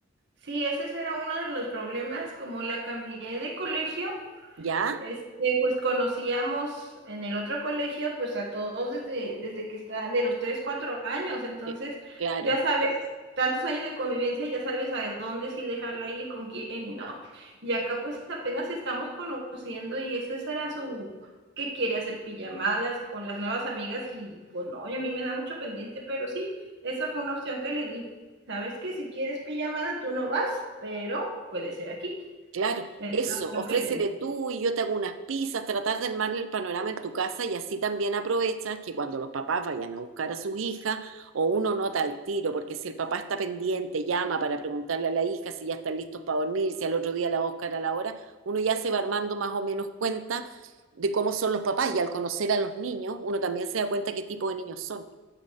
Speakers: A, on the right (about 60°); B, on the right (about 80°).
A: sí, ese era uno de los problemas, como la cambié de colegio,
B: ¿ya?
A: Este, pues conocíamos en el otro colegio, pues a todos desde, desde que está de los 3 4 años, entonces
B: Eh, Claro.
A: ya sabes, tantos años de convivencia, ya sabes a dónde sí dejarla ir, con quién y no. Y acá pues apenas estamos conociendo y ese será su, que quiere hacer pijamadas con las nuevas amigas y pues no, y a mí me da mucho pendiente, pero sí, esa fue una opción que le di. Sabes que si quieres pijamada tú no vas, pero puede ser aquí.
B: Claro,
A: Es
B: eso,
A: la opción
B: ofrécele
A: que le di.
B: tú y yo te hago unas pizzas, tratar de armarle el panorama en tu casa y así también aprovechas que cuando los papás vayan a buscar a sus hijas o uno nota al tiro, porque si el papá está pendiente, llama para preguntarle a la hija si ya están listos para dormir, si al otro día la va a buscar a la hora, uno ya se va armando más o menos cuenta de cómo son los papás y al conocer a los niños, uno también se da cuenta qué tipo de niños son,